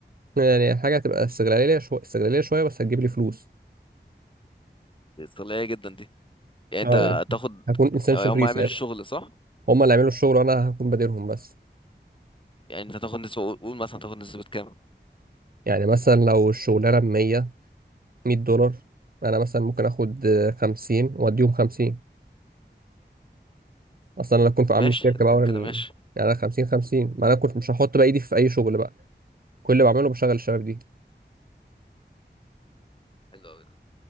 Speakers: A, on the right (about 55°); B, on the left (about 30°).
A: يعني حاجه هتبقى استغلاليه شويه استغلاليه شويه بس هتجيب لي فلوس
B: دي استغلالية جدا دي يعني انت
A: آه، يعني
B: تاخد
A: هكون انسان
B: يعني
A: شرير
B: هم هيعملوا
A: ساعتها
B: الشغل صح
A: هما اللي يعملوا الشغل وانا هكون بديرهم بس
B: يعني انت تاخد نسبة قول قول مثلا تاخد نسبة كام
A: يعني مثلا لو الشغلانه ب 100 100 دولار انا مثلا ممكن اخد آه، 50 واديهم 50 اصل انا لو كنت عامل
B: ماشي
A: الشركه
B: اذا
A: بقى
B: كان
A: وانا
B: كده
A: ال...
B: ماشي
A: يعني انا 50 50 ما انا كنت مش هحط بقى ايدي في اي شغل بقى كل اللي بعمله بشغل الشباب دي
B: حلو قوي ده